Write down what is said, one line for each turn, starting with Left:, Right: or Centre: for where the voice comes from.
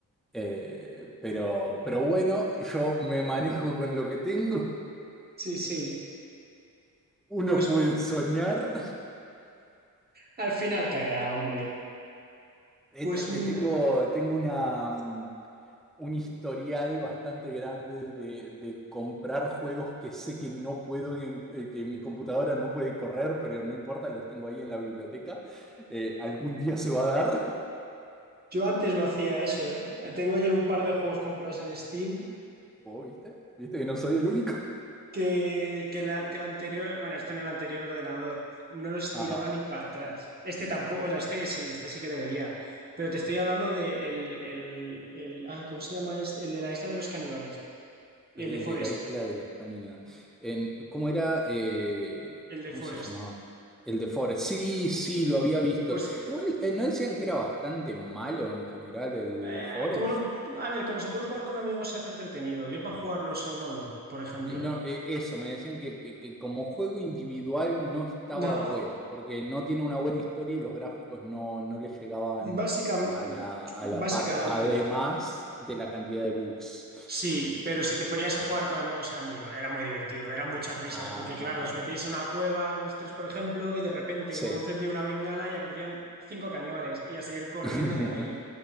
Centre: Eh, pero, pero bueno, yo me manejo con lo que tengo,
Right: Sí, sí,
Centre: uno
Right: pues
Centre: puede soñar,
Right: al final caerá, hombre.
Centre: Eh,
Right: Pues
Centre: te-
Right: mira,
Centre: eh, tengo, tengo una, mm, un historial bastante grande de, de comprar juegos que sé que no puedo, en- eh, que mi computadora no puede correr, pero no importa, los tengo ahí en la biblioteca, Eh, algún día se va a dar,
Right: yo antes lo hacía eso, ¿eh? Tengo ya un par de juegos comprados en Steam
Centre: vos viste, viste que no soy el único.
Right: que, que, la- que el anterior, bueno, esto en el anterior ordenador, no los
Centre: Ajá.
Right: tiraba ni para atrás. Este tampoco, bueno, este sí, este sí que debería, pero te estoy hablando de el, el, el, ah, ¿cómo se llama este? El de la isla de los caníbales, el
Centre: El
Right: de Forest.
Centre: de la isla de los caminos. En, ¿cómo era? Eh,
Right: El de
Centre: ¿cómo
Right: Forest.
Centre: se llamaba? El de Forest. Sí, sí, lo había visto.
Right: Pues, eh,
Centre: Igual, eh, ¿no decían que era bastante malo en general el
Right: eh,
Centre: Forest?
Right: como lo- a ver, como se puede jugar con amigos, se hace entretenido. Yo para jugarlo solo no, por ejemplo.
Centre: Eh, no, eh, eso, me decían que, que- que como juego individual no estaba
Right: No,
Centre: bueno, porque no tiene una buena historia y los gráficos no, no le llegaban
Right: básicamente,
Centre: a la, a la
Right: básicamente.
Centre: par, además de la cantidad de bugs.
Right: Sí, pero si te ponías a jugar con amigos era muy, era muy divertido, eran muchas risas,
Centre: Ajá,
Right: porque claro,
Centre: ajá.
Right: os metíais en una cueva los tres, por ejemplo, y de repente
Centre: Sí,
Right: uno encendía una bengala y aparecían cinco caníbales y a seguir corriendo
Centre: <laughs>
Right: de ahí.